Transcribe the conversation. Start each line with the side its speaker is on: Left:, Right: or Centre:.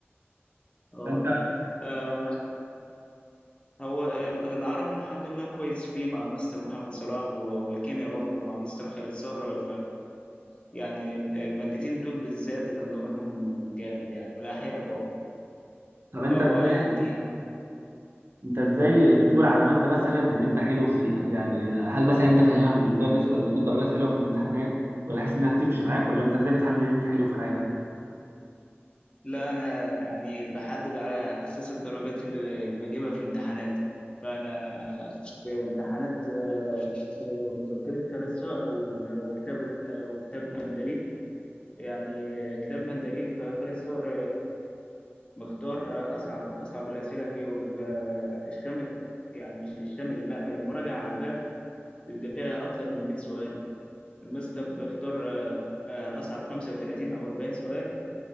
Left: اه
Right: فانت
Left: آه، هو ال- العربي الحمد لله كويس فيه مع مستر محمد صلاح و- والكيمياء برضه مع مستر خالد صقر فيعني المادتين دول بالذات انا ضامنهم جامد يعني والاحياء برضه
Right: طب انت
Left: هو
Right: ازاي
Left: يعني
Right: انت ازاي بتقول على ماده مثلا ان انت حلو فيها يعني هل مثلا انت فاهمها من المدرس ولا بتجيب درجات حلوه في الامتحانات ولا حاسس انها بتمشي معاك ولا انت ازاي بتحدد ان انت حلو في حاجه
Left: لا انا يعني بحدد على اساس الدرجات اللي اللي بجيبها في الامتحانات فانا في امتحانات آه، آه، مذكرة خالد صقر وال- وكتاب آه، وكتاب مندليف يعني آه، كتاب مندليف آه، خالد صقر مختار آه، اصعب اصعب الاسئله فيه وبيبقى الشامل يعني مش الشامل لا المراجعه على الباب بيبقى فيها اكتر من 100 سؤال المستر بيختار آه، آه، اصعب 35 او 40 سؤال